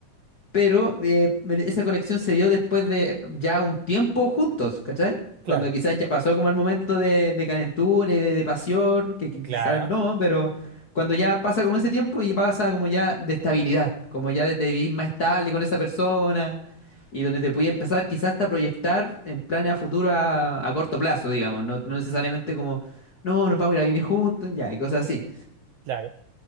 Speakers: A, on the left; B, on the right.
A: pero eh, esa conexión se dio después de ya un tiempo juntos, ¿cachai? Cuando
B: Claro,
A: quizás ya pasó como el momento de, de calentura y de, de pasión, que quizás
B: claro,
A: no, pero cuando ya pasa como ese tiempo y pasa como ya de estabilidad, como ya de, de vivir más estable con esa persona y donde te puede empezar quizás hasta proyectar en planes a futuro a, a corto plazo, digamos, no, no necesariamente como, no, nos vamos a ir a vivir juntos, ya, y cosas así.
B: claro.